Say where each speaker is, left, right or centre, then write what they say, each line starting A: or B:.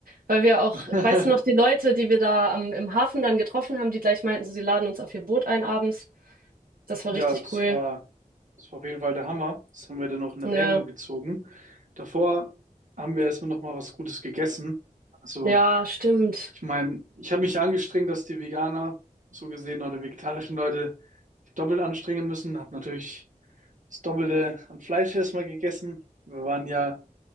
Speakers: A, on the right (about 80°); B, on the right (about 60°).
A: Weil wir auch,
B: <laughs>
A: weißt du noch, die Leute, die wir da am, im Hafen dann getroffen haben, die gleich meinten, so, sie laden uns auf ihr Boot ein abends. Das war
B: Ja,
A: richtig
B: das
A: cool.
B: war, das war auf jeden Fall der Hammer. Das haben wir dann noch in Erwägung
A: Ja,
B: gezogen. Davor haben wir erstmal noch mal was Gutes gegessen. Also
A: ja, stimmt.
B: Ich meine, ich habe mich angestrengt, dass die Veganer so gesehen oder vegetarischen Leute sich doppelt anstrengen müssen. Habe natürlich das Doppelte an Fleisch erstmal gegessen. Wir waren ja,